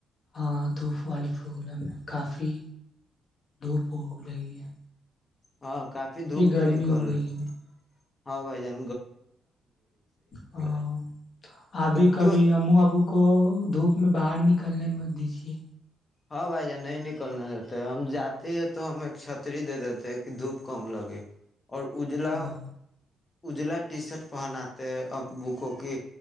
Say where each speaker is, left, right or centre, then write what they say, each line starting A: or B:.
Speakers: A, on the left; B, on the left.
A: ہاں دھوپ والے پروگرام ہے کافی دھوپ ہو لگی ہے
B: ہاں کافی دھوپ
A: گرمی
B: تو نکل
A: ہو
B: رہی
A: ہے نا
B: ہاں بائی جانے
A: ہاں
B: ہے
A: اب
B: تو
A: کب
B: کیوں
A: ہم ابو کو دھوپ <unintelligible> اس میں باہر نکلنے مت دیجیے
B: ہاں بھائی جان نہیں نکلنا چاہتے ہم جاتے ہیں تو ہم ایک چھتری دے دیتے ہیں کہ دھوپ کم لگے اور اجلا
A: ہاں
B: اجلا ٹی شرٹ پہناتے ابو کو کہ